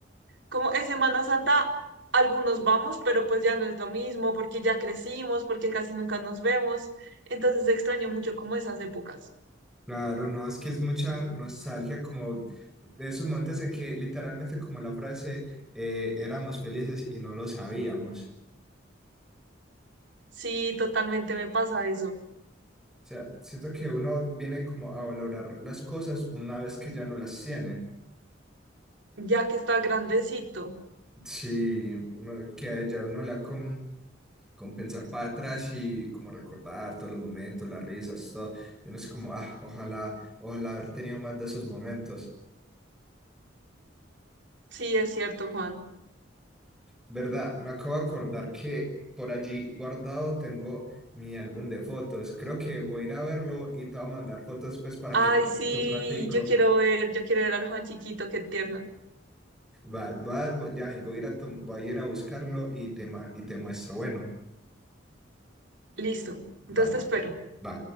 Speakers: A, on the right (about 70°); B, in the centre.
A: como es Semana Santa. Algunos vamos, pero pues ya no es lo mismo porque ya crecimos, porque casi nunca nos vemos. Entonces extraño mucho como esas épocas.
B: Claro, no, es que es mucha nostalgia como de esos momentos en que literalmente como la frase, eh, éramos felices y no lo sabíamos.
A: Sí, totalmente me pasa eso.
B: O sea, siento que uno viene como a valorar las cosas una vez que ya no las tiene.
A: Ya que está grandecito.
B: Sí, uno, que ya uno la con, con pensar para atrás y como recordar todos los momentos, las risas, todo. Y uno es como, ah, ojalá, ojalá haber tenido más de esos momentos.
A: Sí, es cierto, Juan.
B: ¿Verdad? Me acabo de acordar que por allí guardado tengo mi álbum de fotos. Creo que voy a ir a verlo y te voy a mandar fotos pues para
A: Ay,
B: que te veas
A: sí,
B: un ratico.
A: yo quiero ver, yo quiero ver al Juan chiquito, qué tierno.
B: Va, va, ya vengo, voy a ir a, tom- voy a ir a buscarlo y te, ma- y te muestro. Bueno,
A: Listo. Entonces
B: va,
A: te espero.
B: va.